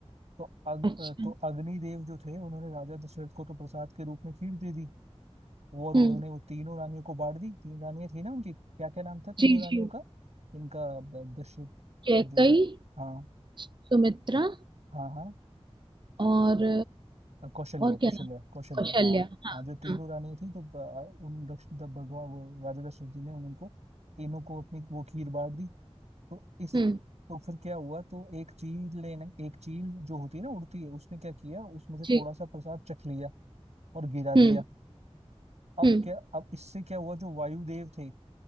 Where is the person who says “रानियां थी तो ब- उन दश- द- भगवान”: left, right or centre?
Right